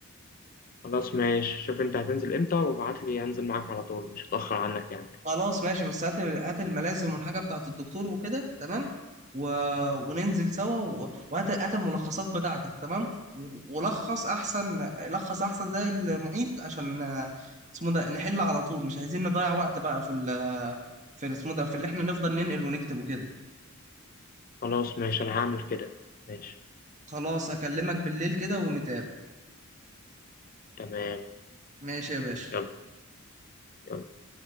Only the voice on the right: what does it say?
خلاص ماشي بس هات هات الملازم والحاجة بتاعت الدكتور وكده تمام و... وننزل سوا و... وهات هات الملخصات بتاعتك تمام و- ولخص أحسن لخص أحسن زي المعيد عشان آه، اسمه ده نحل على طول مش عايزين نضيع وقت بقى في ال... في ال- اسمه ده في اللي احنا نفضل ننقل ونكتب وكده
خلاص هكلمك بالليل كده ونتقابل
ماشي يا باشا